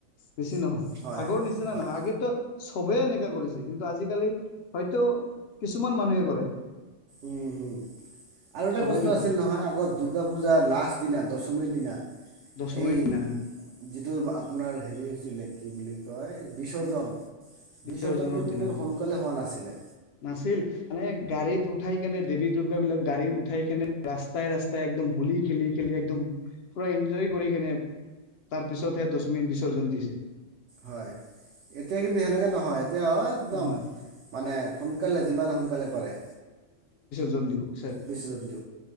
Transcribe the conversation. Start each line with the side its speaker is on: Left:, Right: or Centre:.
Left: বেছি নহয়,
Right: হয়
Left: আগৰ নিচিনা
Right: হয়
Left: নহয় আগো সবেই এনকা কৰিছে কিন্তু আজিকালি হয়তো কিছুমান মানুহে কৰে।
Right: উম হম আৰু এটা
Left: চবেই
Right: বস্তু
Left: নকৰে
Right: আছিল নহয় আগত দূৰ্গা পূজাৰ লাষ্ট দিনা দ পমীৰ দিনা
Left: দশমীৰ
Right: এই
Left: দিনাখন
Right: যিটো আপোনাৰ হেৰি ছিলে কি বুলি কয় বিসৰ্জন বিসৰ্জনটো
Left: বিসৰ্জনৰ
Right: কিন্তু
Left: দিনাখন
Right: সোনকালে হোৱা নাছিলে
Left: নাছিল মানে গাড়ীত উঠ উঠাই কেনে দেৱী দুৰ্গা বিলাক গাড়ী উঠাই কেনে ৰাস্তাই ৰাস্তাই একদম হোলি খেলি খেলি একদম পুৰা এনজয় কৰি কিনে তাৰ পিছতহে দশমী বিসৰ্জন দিছে।
Right: হয়, এতিয়া কিন্তু সেনেকে নহয়। এতিয়া একদম
Left: হয়
Right: মানে সোনকালে যিমান সোনকালে পাৰে।
Left: জন দিব <inaudible>
Right: দিব